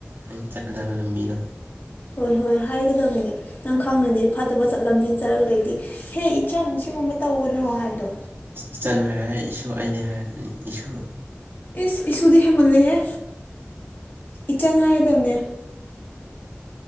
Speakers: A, on the right; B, on the left.
A: ꯅꯪ ꯆꯠꯀꯗꯕ ꯅꯨꯃꯤꯠ
B: ꯍꯣꯏ ꯍꯣꯏ ꯍꯥꯏꯒꯗꯕꯅꯦ ꯅꯪ ꯈꯪꯉꯗꯤ ꯐꯠꯇꯕ ꯆꯠ ꯂꯝꯕꯤ ꯆꯠꯂꯒ ꯂꯩꯔꯗꯤ ꯍꯦ ꯏꯆꯟ ꯁꯤꯒꯨꯝꯕ ꯇꯧꯒꯅꯣ ꯍꯥꯏꯕꯗꯣ
A: ꯏꯆꯟ ꯍꯥꯏꯔ‌ꯣꯏꯍ‌ꯦ ꯏꯁꯨ ꯑꯩꯗꯤ ꯍꯥꯏꯔꯛꯀꯅꯤ ꯏꯁꯨ
B: ꯏꯁ ꯏꯁꯨꯗꯤ ꯍꯦꯟꯃꯜꯂꯦꯍꯦ ꯏꯆꯟ ꯍꯥꯏꯒꯗꯕꯅꯦ